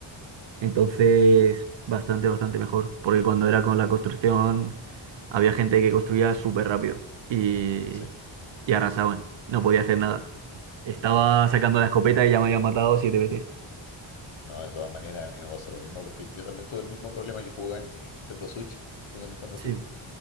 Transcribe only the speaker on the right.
Entonces, bastante, bastante mejor. Porque cuando era con la construcción, había gente que construía súper rápido. Y,
y arrasaban. No podía hacer nada. Estaba
sacando la escopeta y ya me habían matado siete veces.
Sí.